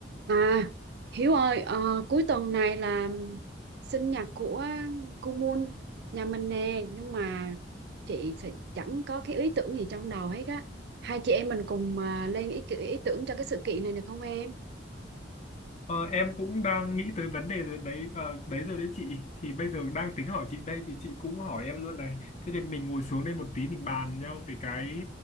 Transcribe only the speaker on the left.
Ờ, em cũng đang nghĩ tới vấn đề rồi đấy ờ, đấy rồi đấy chị thì bây giờ đang tính hỏi chị đây thì chị cũng hỏi em luôn này thế thì mình ngồi xuống đây một tí mình bàn nhau về cái